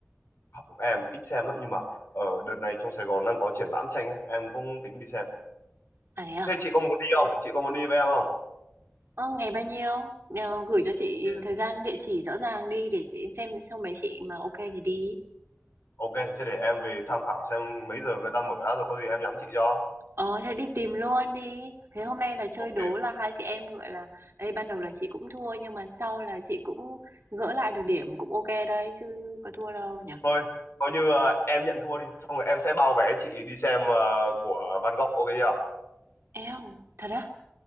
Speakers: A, on the left (about 65°); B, on the right (about 60°).
A: Không, em ít xem lắm nhưng mà ở đợt này trong Sài Gòn đang có triển lãm tranh ấy, em cũng tính đi xem
B: À thế à?
A: thế chị có muốn đi không chị có muốn đi với em không
B: Ờ, ngày bao nhiêu? Ờ, gửi cho chị
A: Ừ.
B: thời gian địa chỉ rõ ràng đi để chị xem xong mấy chị mà ok thì đi.
A: ok thế để em về tham khảo xem mấy giờ người ta mở ra rồi có gì em nhắn chị cho
B: Ờ, thế đi tìm luôn đi. Thế hôm nay là chơi
A: ok
B: đố là hai chị em gọi là đây ban đầu là chị cũng thua nhưng mà sau là chị cũng gỡ lại được điểm cũng ok đấy chứ có thua đâu nhỉ?
A: thôi coi như ờ, em nhận thua đi xong rồi em sẽ bao vé chị đi xem ờ, của Van Gogh ok chưa
B: Eo, thật á?